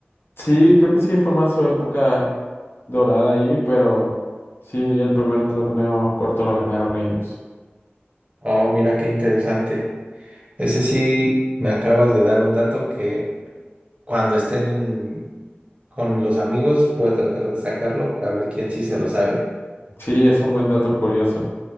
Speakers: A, on the left; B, on the right.
A: Sí, creo que sí fue más su época dorada ahí, pero sí, el primer torneo corto lo ganaron ellos.
B: Oh, mira qué interesante. Ese sí me acabas de dar un dato que cuando estén con los amigos voy a tratar de sacarlo para ver quién sí se lo sabe.
A: Sí, es un buen dato curioso.